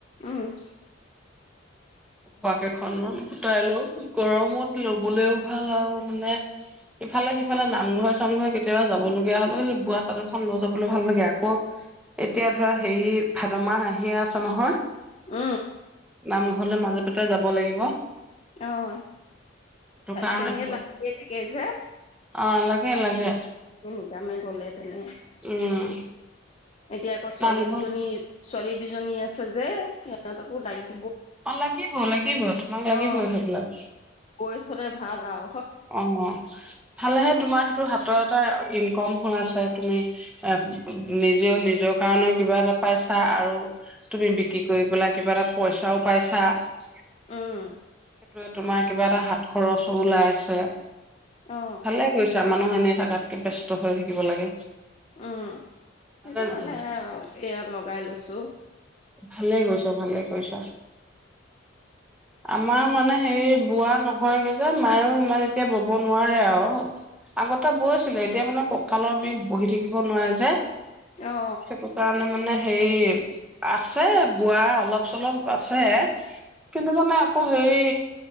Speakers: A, on the left; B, in the centre.
A: আহ। <inaudible>
B: বাক এখনত গোটাই লৈ গৰমত লবলৈও ভাল আৰু মানে ইফালে ইফালে নামঘৰ চামঘৰ কে কেতিয়াবা যাবলগীয়া হলেও সেই বোৱা চাদৰখন লৈ যাবলৈ ভাল লাগে আকৌ এতিয়া ধৰা হেৰি ভাদ মাহ আহিয়ে আছে নহয়।
A: উ
B: নামঘৰলে মাজে পাতে যাব লাগিব
A: অ',
B: সেইটো কাৰণে
A: তেনেকে
B: বোলো
A: লাগিয়ে থাকে যে
B: অ লাগে লাগে
A: নিকামে গলে তেনে
B: উম
A: এতিয়া আকৌ ছোৱালী
B: নামঘৰ
A: দুজনী ছোৱালী দুজনী আছে আছে যে সিহঁতকো লাগি
B: অ' লাগিব লাগিব তোমাক লাগিবই
A: অ
B: সেইবিলাক।
A: বৈ থলে ভাল আও
B: অ ভালেহে তোমাৰ সেইটো হাতত এটা ইনকম হৈ আছে তুমি এ নিজেও নিজৰ কাৰণেও কিবা এটা পাইছা আৰু তুমি বিক্ৰী কৰি পেলাই কিবা এটা পইচাও পাইছা সেইটো
A: উম
B: তোমাৰ কিবা এটা হাত খৰচো ওলাই আছে তে
A: অ
B: ভালে কৈছা মানুহ এনেই থকাতকৈ ব্যস্ত হৈ থাকিব লাগে
A: উম
B: হয়নে
A: সেইটো
B: নহয়
A: কাৰণে এয়া লগাই লৈছোঁ
B: ভালে কৈছা ভালে কৈছা আমাৰ মানে হেৰি বোৱা নহয় সেই যে মায়ে মানে এতিয়া বব নোৱাৰে আৰু আগতে বৈছিলে এতিয়া মানে কঁকালৰ বিষ বহি থাকিব নোৱাৰো যে
A: অ
B: সেইটো কাৰণে মানে হেই আছে বোৱা অলপ চলপ আছে কিন্তু মানে আকৌ হেৰি